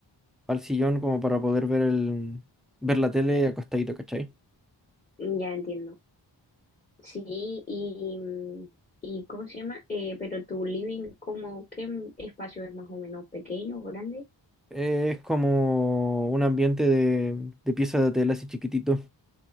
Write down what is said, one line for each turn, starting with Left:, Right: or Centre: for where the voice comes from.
Centre: al sillón como para poder ver el, ver la tele acostadito, ¿cachai?
Left: ya entiendo. Sí, y, mm, y ¿cómo se llama? Eh, pero tu living, como qué espacio es más o menos pequeño, grande?
Centre: Es como un ambiente de, de pieza de tela así chiquitito.